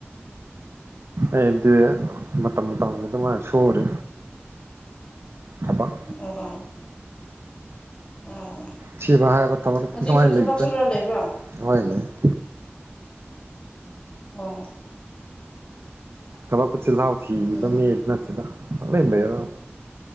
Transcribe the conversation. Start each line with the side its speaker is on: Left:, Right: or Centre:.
Right: ꯑꯩꯗꯤ ꯃꯇꯝ ꯃꯇꯝꯒꯤ ꯗꯨꯃꯥꯢ ꯁꯨꯔꯦ ꯊꯕꯛ
Left: ꯑꯣꯒꯣ ꯑꯣ
Right: ꯁꯤꯕ ꯍꯥꯏꯕ ꯊꯕꯛ
Left: ꯍꯧꯖꯤꯛꯁꯨ
Right: ꯑꯗꯨꯃꯥꯢ
Left: ꯊꯕꯛ
Right: ꯂꯩꯇꯦ
Left: ꯁꯨꯔ ꯂꯩꯕ꯭ꯔꯣ ꯑꯣ
Right: ꯍꯣꯢ ꯂꯩ <inaudible>
Left: ꯑꯣ
Right: ꯊꯕꯛꯛꯇ ꯆꯤꯜꯍꯥꯎ ꯊꯤꯕ
Left: ꯎꯝ
Right: ꯃꯤ ꯅꯠꯇꯦꯗ ꯄꯪꯂꯩ ꯂꯩꯔꯥ